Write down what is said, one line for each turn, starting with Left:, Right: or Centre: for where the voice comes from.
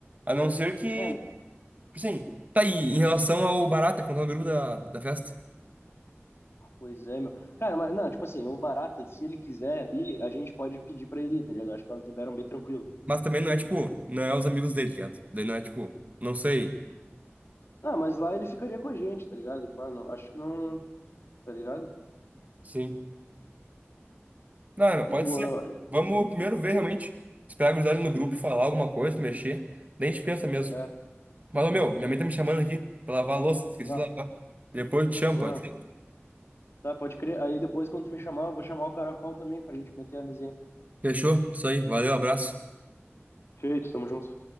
Right: A não ser que,
Left: É,
Right: tipo assim, tá aí, em relação ao Barata, que não tá no grupo da, da festa.
Left: Pois é, meu. Cara, mas não, tipo assim, o Barata, se ele quiser ir, a gente pode pedir pra ele ir, tá ligado? Acho que elas liberam bem tranquilo.
Right: Mas também não é, tipo, não é os amigos dele, tá ligado? Daí não é, tipo, não sei.
Left: Ah, mas lá ele ficaria com a gente, tá ligado? Tipo, ah, não, acho que não, tá ligado?
Right: Sim. Não, pode
Left: Tipo,
Right: ser.
Left: eu-
Right: Vamos primeiro ver
Left: se-
Right: realmente. Esperar a gurizada ali no grupo falar alguma coisa, mexer. Daí a gente pensa mesmo.
Left: é,
Right: Mas, ô, meu, minha mãe tá me chamando aqui pra lavar a louça. Esqueci
Left: ah,
Right: de lavar. Depois eu te chamo,
Left: porra,
Right: pode ser?
Left: tá, pode crer. Aí depois, quando tu me chamar, eu vou chamar o Caracol também pra gente meter a resenha.
Right: Fechou. Isso aí. Valeu, abraço.
Left: Feito, tamo junto.